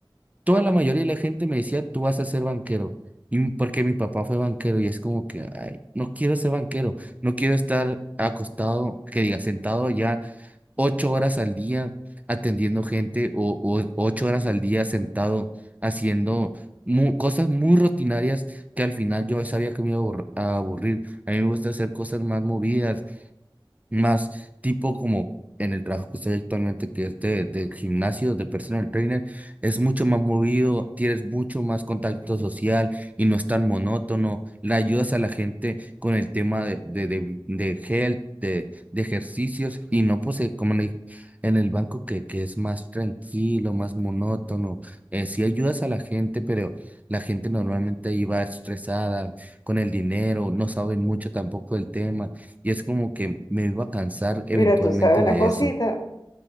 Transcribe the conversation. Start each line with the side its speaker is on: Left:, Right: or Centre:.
Right: toda la mayoría de la gente me decía, tú vas a ser banquero, y m- porque mi papá fue banquero y es como que, ay, no quiero ser banquero, no quiero estar acostado, que diga, sentado ya ocho horas al día atendiendo gente o, o ocho horas al día sentado haciendo mu- cosas muy rutinarias que al final yo sabía que me iba a aburr- a aburrir. A mí me gusta hacer cosas más movidas, más tipo como en el trabajo que estoy actualmente, que es de, del gimnasio, de personal trainer, es mucho más movido, tienes mucho más contacto social y no es tan monótono, le ayudas a la gente con el tema de, de, de, de health, de, de ejercicios y no pues eh, como en el, en el banco que, que es más tranquilo, más monótono, eh, sí ayudas a la gente, pero la gente normalmente ahí va estresada con el dinero, no saben mucho tampoco del tema. Y es como que me iba a cansar eventualmente
Left: Mira, tú sabes una
Right: de
Left: cosita,
Right: eso.